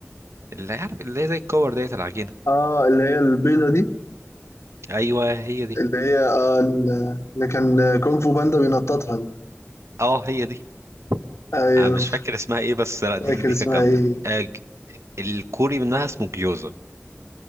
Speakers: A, on the right; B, on the left.
A: اللي عارف اللي هي زي الكور ديت العجينه
B: اه اللي هي البيضه دي
A: ايوه هي دي
B: اللي هي اه ال- اللي كان كونغ فو باندا بينططها دي
A: اه هي دي
B: ايوه
A: انا مش فاكر اسمها ايه بس لا
B: مش
A: دي
B: فاكر
A: دي
B: اسمها
A: كانت جامده
B: ايه
A: آه ج- الكوري منها اسمه جيوزا